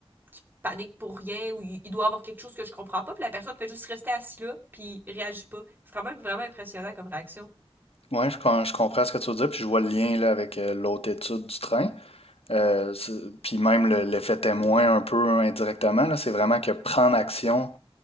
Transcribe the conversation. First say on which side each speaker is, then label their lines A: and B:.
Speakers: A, on the right (about 20°); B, on the left (about 75°).
A: qui panique pour rien ou il doit y avoir quelque chose que je comprends pas, puis la personne fait juste rester assise là, puis réagit pas. C'est quand même vraiment impressionnant comme réaction.
B: Ouais, je, je comprends ce que tu veux dire, puis je vois le lien là, avec euh, l'autre étude du train. Euh, puis même le- l'effet témoin un peu indirectement, là, c'est vraiment que prendre action